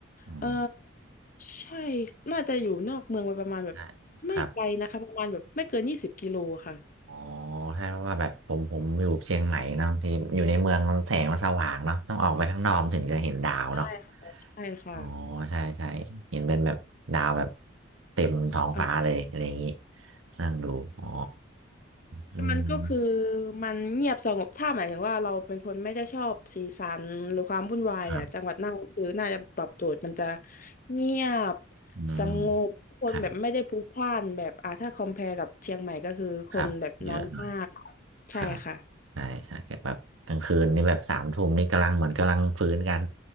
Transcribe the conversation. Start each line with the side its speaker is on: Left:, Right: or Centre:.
Right: อืม
Left: เออใช่น่าจะอยู่นอกเมืองไปประมาณแบบ
Right: ใช่
Left: ไม่ไกลนะคะประมาณแบบไม่เกินยี่สิบกิโลค่ะ
Right: ครับอ๋อใช่เพราะว่าแบบผมผมอยู่เชียงใหม่เนาะบางที่อยู่ในเมืองมันแสงมันสว่างเนาะต้องออกไปข้างนอกถึงจะเห็นดาวเนาะ
Left: ใช่ค่ะใช่ค่ะ
Right: อ๋อใช่ใช่เห็นเป็นแบบดาวแบบเต็มท้องฟ้าเลยอะไรอย่างงี้
Left: อ่ะ
Right: นั่งดูอ๋ออืม
Left: มันก็คือมันเงียบสงบถ้าหมายถึงว่าเราเป็นคนไม่ได้ชอบสีสันหรือความวุ่นวายอ่ะจังหวัดน่านคือน่าจะตอบโจทย์มันจะ
Right: ครับ
Left: เงียบ
Right: อืม
Left: สงบคนแบบไม่ได้พลุกพล่านแบบอ่าถ้าคอม
Right: ครับ
Left: p พ r e กับเชียงใหม่ก็คือคนแบบน้อยมาก
Right: ครับเยอะหน่อย
Left: ใช่ค่ะ
Right: ครับใช่ใช่แกแบบกลางคืนนี่แบบสามทุ่มนี่กำลังเหมือนกำลังฟื้นกัน